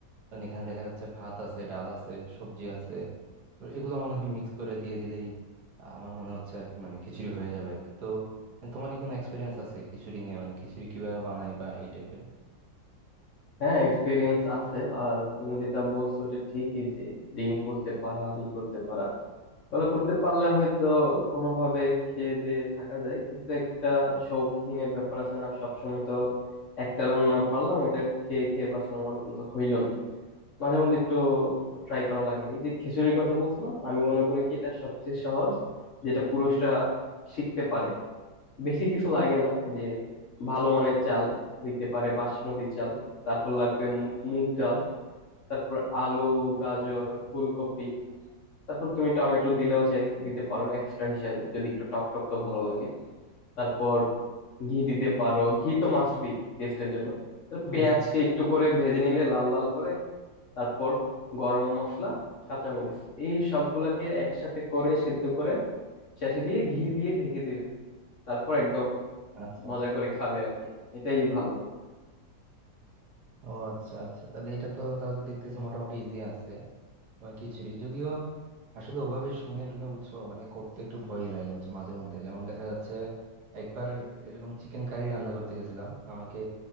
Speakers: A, on the right; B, on the left.
A: কারণ এখানে দেখা যাচ্ছে ভাত আছে ডাল আছে সবজি আছে তো এগুলো মনে হয় মিক্স করে দিয়ে দিলেই আহ, আমার মনে হচ্ছে আর কি মানে খিচুড়ি হয়ে যাবে আর কি তো আহ, তোমার কি কোনো এক্সপিরিয়েন্স আছে খিচুড়ি নিয়ে মানে খিচুড়ি কিভাবে বানাই বা এই টাইপের
B: হ্যাঁ এক্সপিরিয়েন্স আছে আর তুমি যেটা বলছো এটা ঠিকই যে ডিম করতে পারা ই করতে পারা ওগুলো করতে পারলে হয়তো কোনোভাবে খেয়ে দিয়ে থাকা যায় কিন্তু একটা শৌখিনের ব্যাপার আছে না সবসময় তো একটা রান্না পারলাম ওইটা খেয়ে খেয়ে বাঁচলাম ওরকম তো হইলো না মাঝে মধ্যে একটু ট্রাই করা লাগে এই যে খিচুড়ির কথা বলছো না আমি মনে করি কি এটা সবচেয়ে সহজ যেটা পুরুষরা শিখতে পারে বেশি কিছু লাগে না এই যে ভালো মানের চাল হইতে পারে বাসমতি চাল তারপর লাগবে মু- মুগ ডাল তারপর আলু গাজর
A: হুম
B: ফুলকপি তারপর তুমি টমেটো দিলেও চাই দিতে পারো এক্সট্রা হিসাবে যদি একটু টক টক তো ভালো লাগে তারপর ঘি দিতে পারো ঘি তো মাস্ট বি টেস্টের জন্য তার
A: হুম
B: পেঁয়াজকে
A: হুম।
B: একটু করে ভেজে নিলে লাল লাল করে তারপর গরম মশলা কাঁচামরিচ এই সবগুলাকে একসাথে করে সেদ্ধ করে শেষে দিয়ে ঘি দিয়ে ঢেকে দিবে তারপর একদম
A: আচ্ছা
B: মজা
A: আচ্ছা
B: করে খাবে আর কি এটাই ভালো
A: ও আচ্ছা আচ্ছা তাহলে এটা তো তাহলে দেখতেছি মোটামুটি ইজি আছে বা খিচুড়ি যদিও আসলে ওভাবে শুনে টুনে বুঝছো মানে করতে একটু ভয়ই লাগে হচ্ছে মাঝে মধ্যে যেমন দেখা যাচ্ছে একবার এরকম চিকেন কারি রান্না করতে গেছিলাম আমাকে